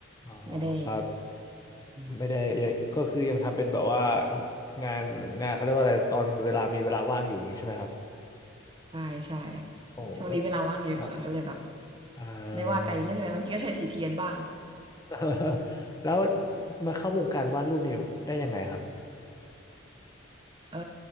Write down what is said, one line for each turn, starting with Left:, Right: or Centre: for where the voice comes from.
Left: อ๋อครับ
Right: ไม่ได้อืม
Left: ไม่ได้ยังก็คือยังทำเป็นแบบว่างานงานเขาเรียกว่าอะไรตอนเวลามีเวลาว่างอยู่อย่างงี้ใช่ไหมครับ
Right: ใช่ใช่
Left: โอ้แล้ว
Right: ช่วงนี้เวลาว่างเยอะค่ะก็เลยแบบ
Left: ครับเอ่
Right: ได้วาดไปเรื่อยบางทีก็ใช้สีเทียนบ้าง
Left: อ <laughs> แล้วมาเข้าวงการวาดรูปนี่ได้ยังไงครับ
Right: <laughs> เอ่อ